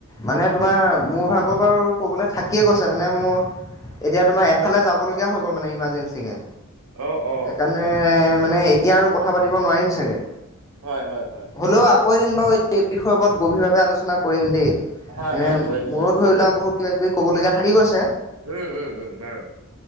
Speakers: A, on the left; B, on the right.
A: মানে তোমাৰ মোৰ ভাগৰ বাৰু ক'বলৈ থাকিয়ে গৈছে মানে মোৰ এতিয়া তোমাৰ এফালে যাব লগগীয়া হৈ গল, মানে ইমাৰৰ্জেঞ্চি কে।
B: অ', অ',
A: সেইকাৰণে মানে এতিয়া আৰু কথা পাতিব নোৱাৰিম চাগে।
B: হয় হয় হয় হয়।
A: হ'লেও আকৌ এদিন বাৰু এই বিষয়ৰ ওপৰত গভীৰভাৱে আলোচনা কৰিম দেই
B: হয়,
A: মানে
B: হয়, কৰিম
A: মোৰো
B: কৰিম।
A: ধৰি লোৱা বহুত কিবা কিবি কবলগীয়া থাকি গৈছে।
B: উম উম উম বাৰু।